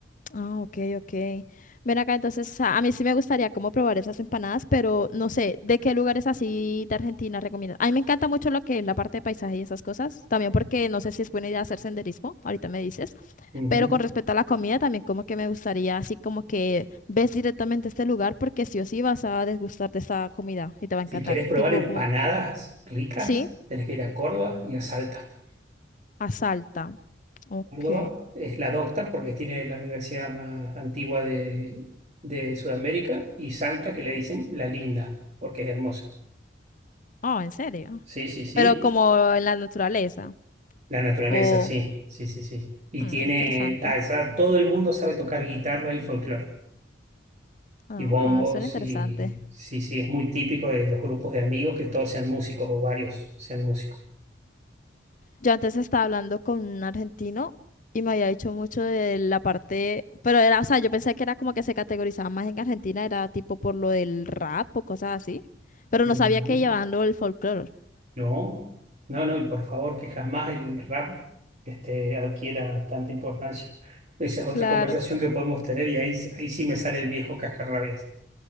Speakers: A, on the left (about 45°); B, on the right (about 40°).
A: Ah, ok, ok. Ven acá, entonces a a mí sí me gustaría como probar esas empanadas, pero no sé, ¿de qué lugares así de Argentina recomiendas? A mí me encanta mucho lo que es la parte de paisaje y esas cosas, también porque no sé si es buena idea hacer senderismo, ahorita me dices.
B: Ujú.
A: Pero con respecto a la comida, también como que me gustaría, así como que ves directamente este lugar porque sí o sí vas a degustarte esta comida y te va a
B: Si
A: encantar.
B: querés probar
A: Tipo
B: empanadas
A: como, que,
B: ricas,
A: sí,
B: tenés que ir a Córdoba y a Salta.
A: a Salta. Ok.
B: Córdoba es la docta porque tiene la universidad más antigua de, de Sudamérica y Salta que le dicen la linda porque es hermosa.
A: Oh, ¿en serio?
B: Sí, sí, sí.
A: Pero como en la naturaleza.
B: La naturaleza,
A: O,
B: sí, sí, sí, sí. Y
A: mm,
B: tiene,
A: interesante.
B: ah, esa- todo el mundo sabe tocar guitarra y folclore,
A: Ah,
B: y bombos,
A: suena interesante.
B: y sí, sí, es muy típico de los grupos de amigos que todos sean músicos o varios sean músicos.
A: Yo antes estaba hablando con un argentino y me había dicho mucho de la parte, pero era, o sea, yo pensé que era como que se categorizaba más en Argentina, era tipo por lo del rap o cosas así, pero
B: Mm,
A: no sabía que llevaban lo del folclore.
B: No, no, no, y por favor, que jamás el rap este, adquiera tanta importancia. Esa es otra
A: Claro.
B: conversación que podemos tener y ahí, ahí sí me sale el viejo cascarrabias